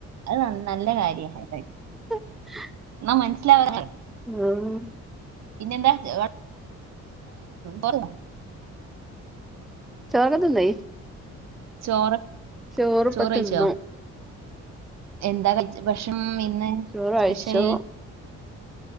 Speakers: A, on the right; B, in the centre.
A: അത് നല്ല കാര്യമായി പോയി
B: <inaudible>
A: മനസ്സിലാവ
B: ആഹ്
A: പിന്നെന്താ അവിടെ പറ
B: ചോറേക്ക് തിന്നേയ്
A: ചോറ്
B: ചോറ്പ്പത്തിന്നു
A: ചോറ് കഴിച്ചോ എന്താ കഴിച്ചേ ഭക്ഷണം ഇന്ന്
B: ചോറ് കഴിച്ചു
A: സ്പെഷ്യൽ